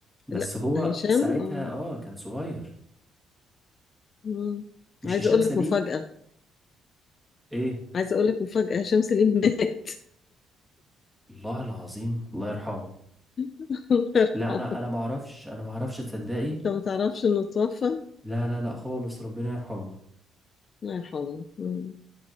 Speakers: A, in the centre; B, on the left.
A: بس
B: لا
A: هو
B: هشام
A: ساعتها
B: اه
A: اه كان صغير
B: مم.
A: مش
B: عايزة
A: هشام
B: اقول
A: سليم
B: لك مفاجأة
A: ايه
B: عايزة اقول لك مفاجأة هشام سليم مات
A: الله العظيم الله يرحمه
B: <laughs> الله يرحمه
A: لا انا انا ما اعرفش انا ما اعرفش تصدقي
B: انت ما تعرفش انه توفى
A: لا لا لا خالص ربنا يرحمه
B: الله يرحمه مم.